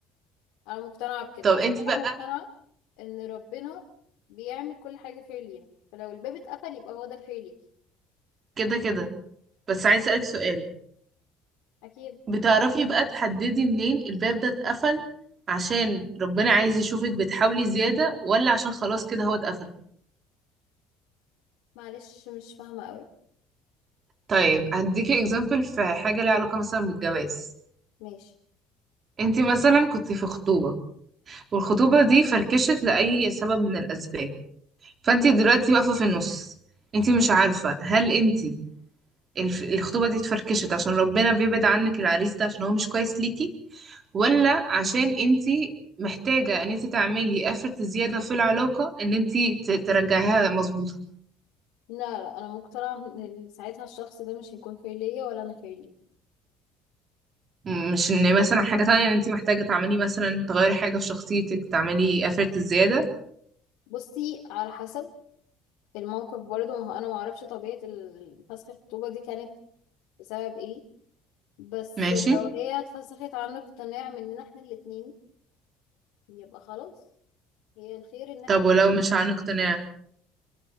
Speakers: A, on the left; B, on the right.
A: انا مقتنعه بكده
B: طب
A: عشان
B: انت بقى
A: انا مقتنعه ان ربنا بيعمل كل حاجه خير لينا فلو الباب اتقفل يبقى هو ده الخير ليكي
B: كده كده بس عايز اسالك سؤال
A: اكيد
B: بتعرفي بقى تحددي منين الباب ده اتقفل عشان ربنا عايز يشوفك بتحاولي زيادة ولا عشان خلاص كده هو اتقفل
A: معلش مش فاهمه قوي
B: طيب هديكي اكزامبل في حاجة ليها علاقة مثلا بالجواز
A: ماشي
B: انتي مثلا كنت في خطوبة والخطوبة دي فركشت لأي سبب من الأسباب فانتي دلوقتي واقفة في النص انتي مش عارفة هل انتي الف- الخطوبة دي اتفركشت عشان ربنا بيبعد عنك العريس ده عشان هو مش كويس ليكي ولا عشان انت محتاجة ان انت تعملي افرت زيادة في العلاقة ان انت ت- ترجعيها مظبوطة
A: لا لا انا مقتنعه ان ساعتها الشخص ده مش هيكون خير ليا ولا انا خير ليه
B: م- مش ان مثلا حاجة تانية ان انت محتاجة تعملي مثلا تغيري حاجة في شخصيتك تعملي افرت زيادة
A: بصي على حسب الموقف برضه ما هو انا ما اعرفش طبيعه ال- فسخ الخطوبه دي كانت بسبب ايه بس
B: ماشي
A: لو هي اتفسخت عن اقتناع مننا احنا الاتنين يبقى خلاص هي الخير ان احنا
B: طب ولو مش عن اقتناع